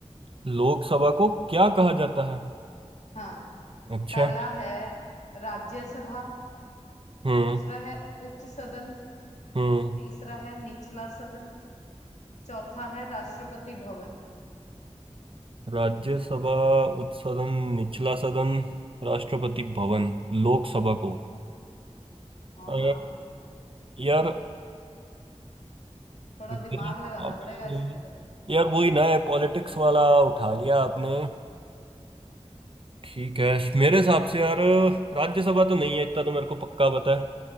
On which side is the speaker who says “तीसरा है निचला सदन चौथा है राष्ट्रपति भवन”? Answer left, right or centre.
Left